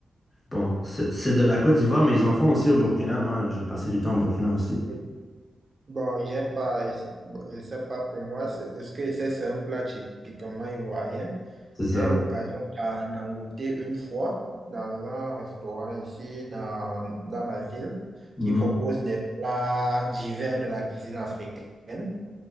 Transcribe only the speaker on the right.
Oui. Bon, j'ai pas, je sais bon, je sais pas pour moi, c'est- de ce que je sais, c'est un plat typiquement ivoirien.
J'ai eu l'occasion d'en d'en goûter une fois dans un restaurant ici dans, dans ma ville
qui propose des plats divers de la cuisine africaine.